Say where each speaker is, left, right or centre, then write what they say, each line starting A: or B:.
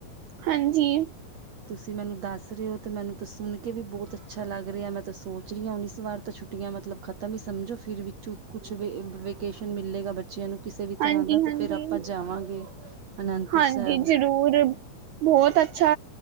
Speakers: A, on the right; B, on the right.
A: ਹਾਂਜੀ।
B: ਤੁਸੀਂ ਮੈਨੂੰ ਦੱਸ ਰਹੇ ਹੋ ਅਤੇ ਮੈਨੂੰ ਤਾਂ ਸੁਣ ਕੇ ਵੀ ਬਹੁਤ ਅੱਛਾ ਲੱਗ ਰਿਹਾ, ਮੈਂ ਤਾਂ ਸੋਚ ਰਹੀ ਹਾਂ ਉਨੀ ਇਸ ਵਾਰ ਤਾਂ ਛੁੱਟੀਆਂ ਮਤਲਬ ਖਤਮ ਹੀ ਸਮਝੋ ਫਿਰ ਵਿੱਚੋਂ ਕੁਛ ਵੇਕੇਸ਼ਨ ਮਿਲੇਗਾ ਬ ਬੱਚਿਆਂ ਨੂੰ ਕਿਸੇ ਵੀ
A: ਹਾਂਜੀ
B: ਤਰ੍ਹਾਂ ਦਾ ਤੇ
A: ਹਾਂਜੀ
B: ਫੇਰ ਆਪਾਂ ਜਾਵਾਂਗੇ। ਅਨੰਦਪੁਰ
A: ਹਾਂਜੀ
B: ਸਾਹਿਬ
A: ਜ਼ਰੂਰ। ਬਹੁਤ ਅੱਛਾ